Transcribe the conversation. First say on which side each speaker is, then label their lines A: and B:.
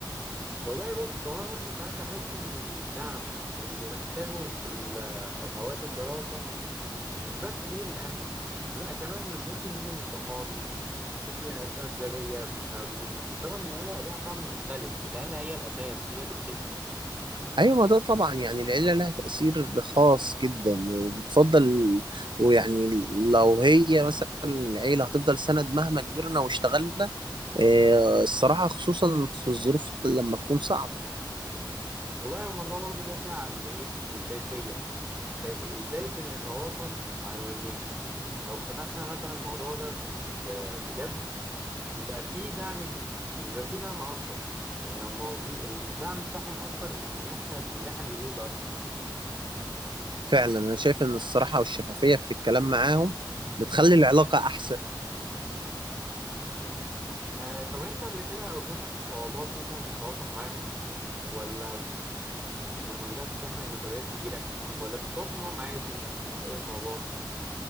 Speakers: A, on the right; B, on the right.
A: والله بص هو أنا برضه ساعات بحس إن الدعم اللي بحتاجه في ال- أو- أوقات الدراسة مش بس بيجي من أهلي لا كمان ممكن يجي من صحابي وفي أساتذة ليا بيساعدوني بس طبعا العيلة ليها طعم مختلف العيلة هي الأساس هي اللي بتبني
B: ايوه ما ده طبعا يعني العيله لها تاثير خاص جدا وبتفضل ويعني لو هي مثلا العيله هتفضل سند مهما كبرنا واشتغلنا آه، الصراحه خصوصا في الظروف لما تكون صعبه
A: والله الموضوع برضو بيرجع لإيه للكيفية ك- إزاي بنتواصل مع الوالدين لو فتحنا مثلا الموضوع ده ب- بجد يبقى في دعم يبقى في دعم أكبر يعني الموضوع الدعم بتاعهم أكبر من إن إحنا من اللي إحنا بنقوله ده أصلا
B: فعلا انا شايف ان الصراحه والشفافيه في الكلام معاهم بتخلي العلاقه احسن
A: آه طب أنت قبل كده واجهتك صعوبات مثلا في التواصل معاهم ولا لما بدأت تحمل مسؤوليات كبيرة ولا بتتواصل معاهم عادي ما فيش أي صعوبات